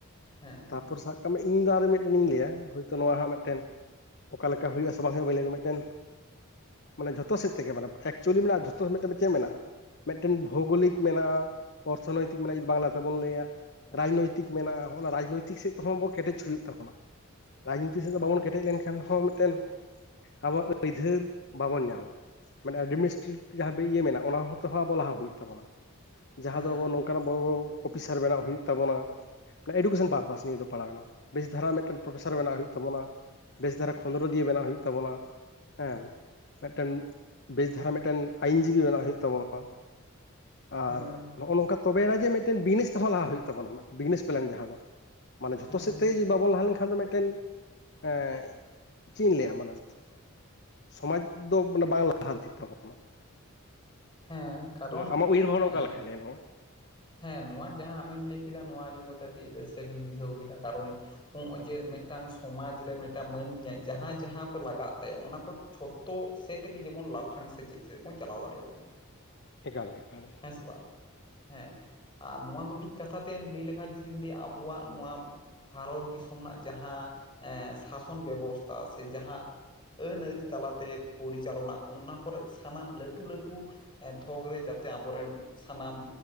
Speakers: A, on the left; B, on the left.
A: ᱦᱮᱸ
B: ᱛᱟᱯᱚᱨ ᱥᱟᱵ ᱤᱧ ᱫᱚ ᱟᱨ ᱢᱤᱫᱴᱮᱱᱤᱧ ᱞᱟᱹᱭᱟ ᱦᱳᱭᱛᱚ ᱱᱚᱣᱟ ᱦᱚ ᱢᱤᱫᱴᱮᱱ ᱚᱠᱟ ᱞᱮᱠᱟ ᱦᱩᱭᱩᱜᱼᱟ ᱥᱮ ᱵᱟᱝ ᱦᱩᱭᱩᱜᱼᱟ ᱵᱟᱹᱧ ᱢᱤᱫᱴᱮᱱ ᱢᱟᱱᱮ ᱡᱷᱚᱛᱚ ᱥᱮᱫ ᱛᱮᱜᱮ ᱮᱠᱪᱩᱭᱮᱞᱤ ᱢᱮᱱᱟᱜᱼᱟ ᱡᱷᱚᱛᱚ ᱪᱮᱫ ᱢᱮᱱᱟᱜᱼᱟ? ᱢᱤᱫᱴᱮᱱ ᱵᱷᱳᱜᱳᱚᱞᱤᱠ ᱢᱮᱱᱟᱜᱼᱟ, ᱚᱨᱛᱷᱚᱱᱳᱭᱛᱤᱠ ᱢᱮᱱᱟᱜᱼᱟ ᱡᱩᱫᱤ ᱵᱟᱝᱞᱟ ᱛᱮᱵᱚᱱ ᱞᱟᱹᱭᱟ᱾
A: ᱦᱮᱸ
B: ᱨᱟᱡᱽᱱᱳᱭᱛᱤᱠ ᱢᱮᱱᱟᱜᱼᱟ ᱚᱱᱟ ᱨᱟᱡᱽᱱᱳᱭᱛᱤᱠ ᱥᱮᱫ ᱛᱮᱦᱚᱸ ᱟ ᱵᱚ ᱠᱮᱴᱮᱡ ᱦᱩᱭᱩᱜ ᱛᱟᱵᱚᱱᱟ᱾ ᱨᱟᱡᱽᱱᱤᱛᱤ ᱥᱮᱫ
A: ᱦᱮᱸ
B: ᱫᱚ ᱵᱟᱵᱚᱱ ᱠᱮᱴᱮᱡ ᱞᱮᱱᱠᱷᱟᱱ ᱦᱚᱸ ᱢᱤᱫᱴᱮᱱ ᱟᱵᱚᱣᱟᱜ ᱟᱹᱭᱫᱟᱹᱨ ᱵᱟᱵᱚᱱ ᱧᱟᱢᱟ ᱢᱟᱱᱮ ᱮᱰᱢᱤᱱᱤᱥᱴᱨᱮᱴᱤᱵᱷ ᱡᱟᱦᱟᱸ ᱤᱭᱟᱹ ᱢᱮᱱᱟᱜᱼᱟ ᱚᱱᱟ ᱦᱚᱸᱚᱛᱦᱚᱸ ᱟᱵᱚ ᱞᱟᱦᱟ ᱦᱩᱭᱩᱜ ᱛᱟᱵᱚᱱᱟ᱾ ᱡᱟᱦᱟᱸ
A: ᱦᱮᱸ
B: ᱫᱚ ᱟᱵᱚ ᱱᱚᱝᱠᱟᱱᱟᱜ ᱵᱚᱲᱟ ᱵᱚᱲᱚ ᱚᱯᱷᱤᱥᱟᱨ ᱵᱮᱱᱟᱜ ᱦᱩᱭᱩᱜ ᱛᱟᱵᱚᱱᱟ ᱮᱰᱩᱠᱮᱥᱚᱱ ᱯᱟᱨᱯᱟᱥ ᱱᱤᱭᱟᱹ ᱫᱚ ᱯᱟᱲᱟᱣᱱᱟ᱾ ᱵᱮᱥ ᱫᱷᱟᱨᱟ ᱢᱤᱫᱴᱮᱱ ᱯᱨᱚᱯᱷᱮᱥᱟᱨ ᱵᱮᱱᱟᱜ ᱦᱩᱭᱩᱜ ᱛᱟᱵᱚᱱᱟ᱾ ᱵᱮᱥ ᱫᱷᱟᱨᱟ ᱠᱷᱚᱸᱫᱽᱨᱚ ᱫᱤᱭᱮ ᱵᱮᱱᱟᱜᱣ ᱦᱩᱭᱩᱜ ᱛᱟᱵᱚᱱᱟ ᱦᱮᱸ᱾ ᱢᱤᱫᱴᱮᱱ ᱵᱮᱥ ᱫᱷᱟᱨᱟ ᱢᱤᱫᱴᱮᱱ ᱟᱭᱤᱱ ᱡᱤᱵᱤ ᱵᱮᱱᱟᱜ ᱦᱩᱭᱩᱜᱭ ᱛᱟᱵᱚᱱᱟ᱾ ᱟᱨ
A: ᱦᱮᱸ
B: ᱱᱚᱜᱼᱚ ᱱᱚᱝᱠᱟ ᱛᱚᱵᱮᱱᱟ ᱡᱮ ᱢᱤᱫᱴᱮᱱ ᱵᱤᱡᱱᱮᱥ ᱛᱮᱦᱚᱸ ᱞᱟᱦᱟ ᱦᱩᱭᱩᱜ ᱛᱟᱵᱚᱱᱟ ᱵᱤᱡᱽᱱᱮᱥ ᱯᱞᱮᱱ ᱡᱟᱦᱟᱸ ᱫᱚ᱾ ᱢᱟᱱᱮ ᱡᱷᱚᱛᱚ
A: ᱦᱮᱸ
B: ᱥᱮᱫ ᱛᱮ ᱡᱩᱫᱤ ᱵᱟᱵᱚᱱ ᱞᱟᱦᱟ ᱞᱮᱱᱠᱷᱟᱱ ᱫᱚ ᱢᱤᱫᱴᱮᱱ ᱮᱸ ᱪᱮᱫ ᱤᱧ ᱞᱟᱹᱭᱟ ᱢᱟᱱᱮ ᱥᱚᱢᱟᱡᱽ ᱫᱚ ᱢᱟᱱᱮ ᱵᱟᱝ ᱞᱟᱦᱟᱱᱛᱤᱜ ᱛᱟᱵᱚᱱᱟ᱾
A: ᱦᱮᱸ ᱠᱟᱨᱚᱱ
B: ᱟᱢᱟᱜ ᱩᱭᱦᱟᱹᱨ ᱵᱷᱟᱵᱽᱱᱟ
A: ᱮᱸᱜ
B: ᱚᱠᱟ ᱞᱮᱠᱟᱭ ᱞᱟᱹᱭᱟ ᱱᱚᱣᱟ
A: ᱦᱮᱸ ᱱᱚᱣᱟ ᱡᱟᱦᱟᱸ ᱟᱢᱮᱢ ᱞᱟᱹᱭ ᱠᱮᱫᱟ ᱱᱚᱣᱟ ᱟᱸᱡᱚᱢ ᱠᱟᱛᱮᱜ ᱟᱹᱰᱤ ᱨᱟᱹᱥᱠᱟᱹ ᱜᱤᱧ ᱵᱩᱡᱷᱟᱹᱣ ᱠᱮᱫᱟ᱾ ᱠᱟᱨᱚᱱ ᱱᱚᱜᱼᱚᱭ ᱡᱮ ᱢᱤᱫᱴᱟᱝ ᱥᱚᱢᱟᱡᱽ ᱨᱮᱱ ᱢᱤᱫᱴᱟᱱ ᱢᱟᱹᱱᱭᱟᱹ ᱡᱟᱦᱟᱸ ᱡᱟᱦᱟᱸ ᱠᱚ ᱞᱟᱜᱟᱜ ᱛᱟᱭᱟ ᱚᱱᱟ ᱠᱚ ᱡᱷᱚᱛᱚ ᱥᱮᱫ ᱛᱮᱜᱮ ᱡᱮᱢᱚᱱ ᱞᱟᱯᱷᱟᱝ ᱥᱮ ᱪᱮᱫ ᱥᱮᱫ ᱵᱚᱱ ᱪᱟᱞᱟᱣ ᱫᱟᱲᱮᱭᱟᱜ ᱢᱟ᱾
B: ᱮᱠᱟᱞᱮᱜᱮ ᱮᱠᱟᱞᱮᱜᱮ
A: ᱦᱮᱸᱥᱮ ᱵᱟᱝ ᱦᱮᱸ, ᱟᱨ ᱱᱚᱣᱟ ᱫᱚ ᱢᱤᱫ ᱠᱟᱛᱷᱟ ᱛᱮᱢ ᱞᱟᱹᱭ ᱞᱮᱠᱷᱟᱱ ᱡᱩᱫᱤᱢ ᱞᱟᱹᱭᱟ ᱟᱵᱚᱣᱟᱜ ᱱᱚᱣᱟ ᱵᱷᱟᱨᱚᱛ ᱫᱤᱥᱚᱢ ᱨᱮᱱᱟᱜ ᱡᱟᱦᱟᱸ ᱮ ᱥᱟᱥᱚᱱ ᱵᱮᱵᱚᱥᱛᱟ ᱥᱮ ᱡᱟᱦᱟᱸ ᱟᱹᱱ ᱟᱹᱨᱤ ᱛᱟᱞᱟᱛᱮ ᱯᱚᱨᱤᱪᱟᱞᱚᱱᱟ ᱚᱱᱟ ᱠᱚᱨᱮᱜ ᱥᱟᱱᱟᱢ ᱞᱟᱹᱴᱩ ᱞᱟᱹᱴᱩ ᱛᱷᱚᱜ ᱨᱮ ᱡᱟᱛᱮ ᱟᱵᱚᱨᱮᱱ ᱥᱟᱱᱟᱢ